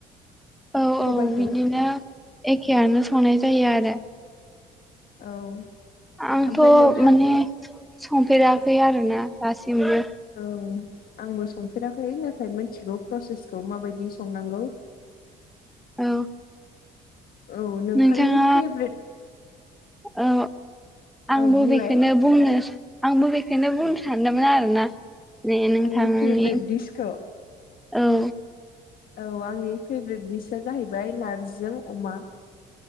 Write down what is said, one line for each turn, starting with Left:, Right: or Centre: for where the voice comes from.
Centre: औ
Left: सबायखौ
Centre: औ बिदिनो एखेयानो संनाय जायो आरो।
Left: औ
Centre: आंथ'
Left: ओमफ्राय नोंथां
Centre: माने संफेराखै आरोना दासिमबो।
Left: औ आंबो संफेराखै नाथाय मिथिगौ प्रसेसखौ माबायदि संनांगौ। <inaudible>
Centre: औ
Left: औ नोंथांनि
Centre: नोंथाङा
Left: फेभ्रेट
Centre: ओ आंबो
Left: औ बुंलाय
Centre: बेखोनो बुंनो आंबो बेखौनो सानदोंमोन आरोना। ने नोंथांनि
Left: आंनि फेभ्रेट दिसखौ
Centre: औ
Left: औ आंनि फेभ्रेट दिसआ जाहैबाय नारजिजों अमा